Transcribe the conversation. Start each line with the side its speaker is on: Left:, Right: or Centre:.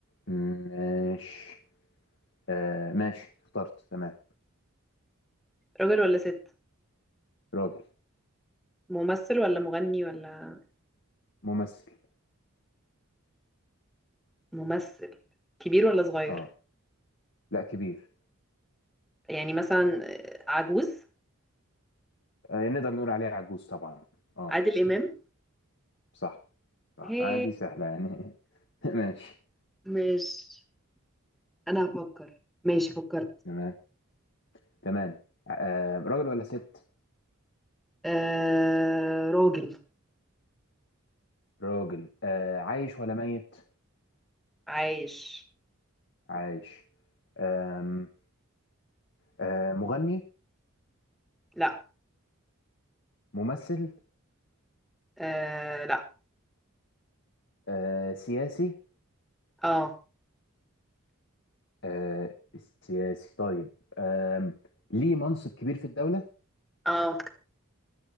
Left: ماشي آه، ماشي اخترت تمام
Centre: راجل ولا ست؟
Left: راجل
Centre: ممثل ولا مغني ولا
Left: ممثل
Centre: ممثل كبير ولا صغير
Left: اه لا كبير
Centre: يعني مثلا آه، عجوز
Left: آه، نقدر نقول عليه عجوز طبعا اه
Centre: عادل إمام
Left: صح صح
Centre: هي
Left: آه دي سهلة يعني <laughs> ماشي
Centre: ماشي انا هفكر ماشي فكرت
Left: تمام تمام آه راجل ولا ست؟
Centre: آه راجل
Left: راجل آه عايش ولا ميت؟
Centre: عايش
Left: عايش آم آه مغني
Centre: لا
Left: ممثل
Centre: آه لا
Left: آه سياسي
Centre: اه
Left: آه سياسي طيب آم ليه منصب كبير في الدولة؟
Centre: اه